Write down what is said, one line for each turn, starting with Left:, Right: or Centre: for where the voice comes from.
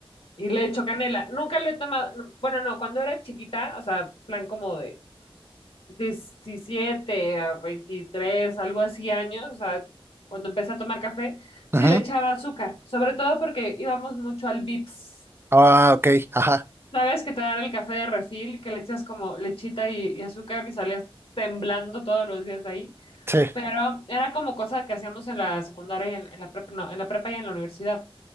Left: y le echo canela. Nunca le he tomado, no, bueno, no, cuando era chiquita, o sea, plan como de 17 a 23 algo así años, o sea, cuando empecé a tomar café, sí
Right: Ajá.
Left: le echaba azúcar, sobre todo porque íbamos mucho al Vips.
Right: Ah, ok. Ajá.
Left: ¿Sabes que te dan el café de refil, que le echas como lechita y, y azúcar y salías temblando todos los días de ahí?
Right: Sí.
Left: pero era como cosa que hacíamos en la secundaria y en, en la prepa, no, en la prepa y en la universidad.